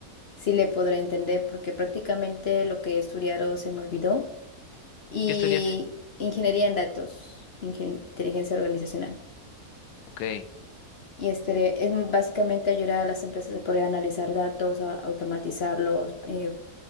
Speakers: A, on the left (about 50°); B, on the left (about 90°).
A: si le podré entender porque prácticamente lo que he estudiado se me olvidó. y
B: ¿Qué estudiaste?
A: ingeniería en datos, ingen- inteligencia organizacional.
B: Ok.
A: Y este es básicamente ayudar a las empresas a poder analizar datos, a automatizarlos, eh,